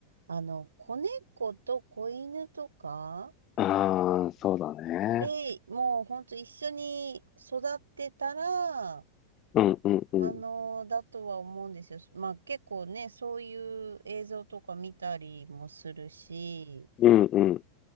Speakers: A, on the right (about 70°); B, on the left (about 30°).
A: あの、子猫と子犬とか
B: ああそうだね。
A: で、もうほんと一緒に育ってたら、
B: うんうんうん。
A: あの、だとは思うんですよ。まあ結構ね、そういう映像とか見たりもするし、
B: うんうん。